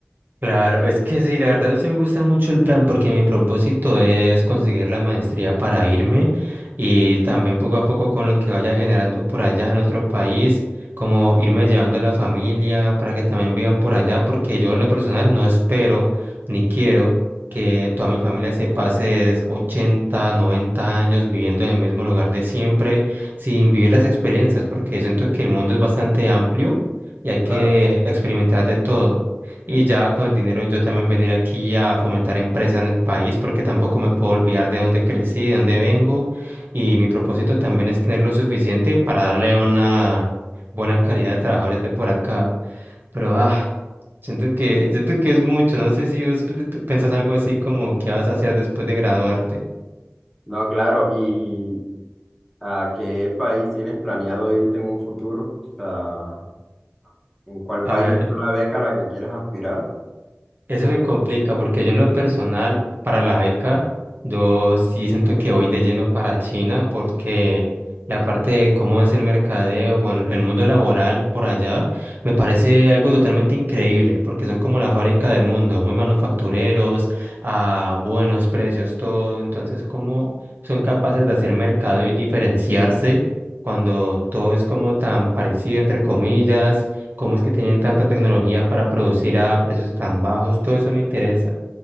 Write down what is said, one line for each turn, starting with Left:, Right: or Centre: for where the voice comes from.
Right: Claro, es que sí, la verdad sí me gusta mucho el plan porque mi propósito es conseguir la maestría para irme y también poco a poco con lo que vaya generando por allá en otro país, como irme llevando a la familia para que también vivan por allá, porque yo en lo personal no espero ni quiero que toda mi familia se pase es 80, 90 años viviendo en el mismo lugar de siempre sin vivir las experiencias, porque siento que el mundo es bastante amplio y hay que
Centre: Claro.
Right: experimentar de todo. Y ya con el dinero yo también venir aquí a fomentar empresa en el país porque tampoco me puedo olvidar de dónde crecí, de dónde vengo. Y mi propósito también es tener lo suficiente para darle una buena calidad de trabajadores de por acá. Pero ah, siento que, siento que es mucho. No sé si vos p- p- pensás algo así como qué vas a hacer después de graduarte.
Centre: No, claro. ¿Y a qué país tienes planeado irte en un futuro? O sea, ¿en cuál
Right: A
Centre: país
Right: ver.
Centre: es tú la beca a la que quieres aspirar?
Right: Eso me complica porque yo en lo personal, para la beca, yo sí siento que voy de lleno para China porque la parte de cómo es el mercadeo, bueno, el mundo laboral por allá, me parece algo totalmente increíble porque son como la fábrica del mundo, muy manufactureros, a buenos precios, todo. Entonces, ¿cómo son capaces de hacer mercado y diferenciarse cuando todo es como tan parecido, entre comillas? cómo es que tienen tanta tecnología para producir a precios tan bajos, todo eso me interesa.